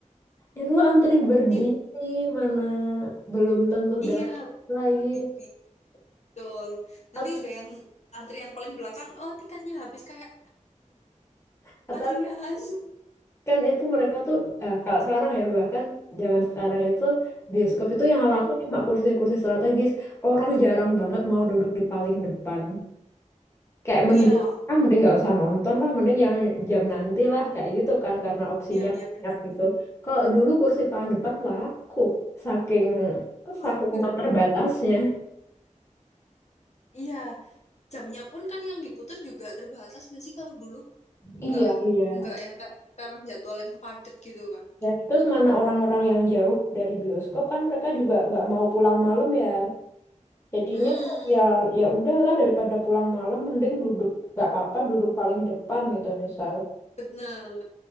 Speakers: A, on the left; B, on the left.
A: Itu antri berdiri,
B: tik
A: mana belum tentu
B: iya
A: dapat lagi.
B: berdiri betul. Nanti
A: At-
B: udah yang antrian paling belakang, oh tiketnya habis kayak
A: <laughs>
B: kasihan.
A: Atau kan itu mereka tuh eh, kalau sekarang ya bahkan zaman sekarang itu bioskop itu yang
B: Mm-mm.
A: laku cuma kursi-kursi strategis orang jarang banget mau duduk di paling depan kayak
B: Iya,
A: mending ah, mending nggak usah nonton lah mending yang jam nanti lah kayak gitu kan karena opsinya
B: iya, iya
A: banyak
B: benar-benar
A: gitu kalau dulu kursi paling depan laku saking saking
B: laku.
A: terbatasnya
B: Iya, jamnya pun kan yang diputar juga terbatas nggak sih kalau dulu
A: Iya,
B: nggak
A: iya.
B: nggak yang kayak sekarang jadwal yang padat gitu kan.
A: Ya, terus mana orang-orang yang jauh dari bioskop kan mereka juga nggak mau pulang malam ya. Jadinya
B: Mm-mm.
A: ya ya udahlah daripada pulang malam mending duduk nggak apa-apa duduk paling depan gitu misal.
B: Bener.